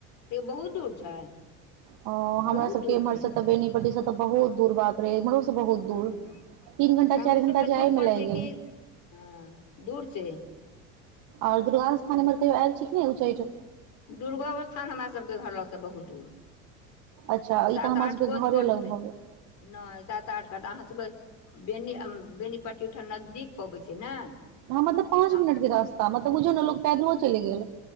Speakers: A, on the left; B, on the right.
A: तयो बहुत दूर छै
B: अ हमरा
A: बहुत
B: सब
A: दूर
B: के इम्हर
A: छै
B: से त बेनी पटी से तऽ बहुत दूर बाग इमरो सँ बहुत
A: हँ
B: दूर तीन घंटा
A: तऽ हमरो
B: चार घंटा
A: सबके दूर
B: जाई
A: पड़ै
B: मे लागि
A: छै
B: गेल
A: कि हँ दूर छै
B: और दुर्गा स्थान हमर कहियो आयल छी कि ने उच्चैठ
A: दुर्गोस्थान हमरा सबके घर लगसँ बहुत दूर
B: अच्छा
A: सात
B: ई तऽ हमरा
A: आठ
B: सबके
A: कोष
B: घरे
A: पड़तै
B: लग भऽ गेल
A: नहि सात आठ कत अहाँ सबके बेनी बेनीपट्टी ओहिठाम नजदीक पबै छै ने
B: ह मतलब पाँच
A: हम
B: मिनट के रास्ता मतलब बुझियौ ने लोक पैदलो चलि गेल